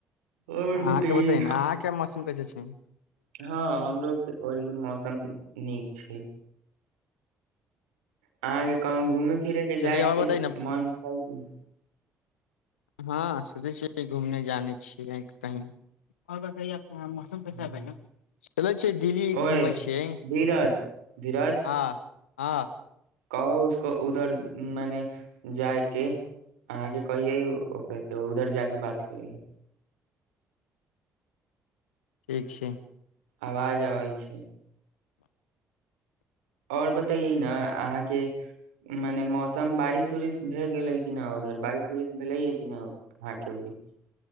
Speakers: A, on the right; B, on the left.
A: और
B: अहाँके
A: बतैयै
B: बतई ने अहाँके मौसम कैसे हु
A: हँ हमरो ओरी ओरीके मौसम नीक छैय। अहाँके कहु घूमे फिरे के
B: चलिए
A: जायके
B: और बताइ न
A: मन छैय की न
B: हँ सोचै छियै घूमने जाने छियै कही ओर बतए तऽ मौसम <unintelligible>
A: हम्म।
B: <unintelligible> दिल्ली
A: ओए
B: घुमै छियै हँ
A: धीरज धीरज
B: हँ
A: कहो उसको उधर मने जाय के अहाँके कहिेयय ओकरा के उधर जााके बात करै ला
B: ठीक छैय।
A: आवाज आबै छैय आओर बतैैयै न अहाँके मने मौसम बारिश उरिश भए गेलै कि न उधर बारिस उरिस भेलै ह कि न अहाँ के ओरी